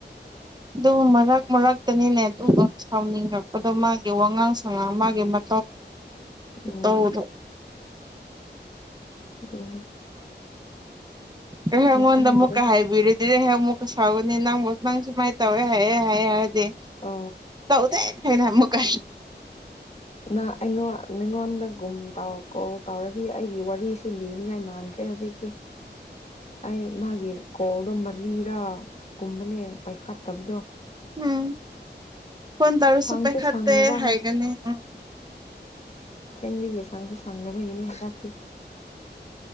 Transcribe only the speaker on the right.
ꯑꯗꯨ ꯃꯔꯛ ꯃꯔꯛꯇꯅꯤꯅꯦ ꯑꯗꯨꯝ ꯁꯥꯎꯅꯤꯡꯉꯛꯄꯗꯣ ꯃꯥꯒꯤ ꯋꯥꯉꯥꯡ ꯁꯉꯥꯡ ꯃꯥꯒꯤ ꯃ
ꯍ ꯍꯧꯗ
ꯑꯩ ꯑꯩꯉꯣꯟꯗ
ꯑꯃꯨꯛꯀ ꯍꯥꯏꯕꯤꯔꯗꯤ ꯑꯩ ꯑꯃꯨꯛꯀ ꯁꯥꯥꯎꯒꯅꯤ ꯅꯪ ꯅꯪ ꯁꯨꯃꯥꯏꯅ ꯇꯧꯋꯦ ꯍꯥꯏꯑꯦ ꯍꯥꯌꯦ ꯍꯥꯏꯔꯗꯤ
ꯇꯧꯗꯦ ꯑꯩꯅꯥ ꯑꯃꯨꯛꯀꯥ
ꯎꯝ ꯐꯣꯟ ꯇꯧꯔꯁꯨ
ꯄꯥꯏꯈꯠꯇꯦ
ꯍꯥꯏꯒꯅꯤ ꯎꯝ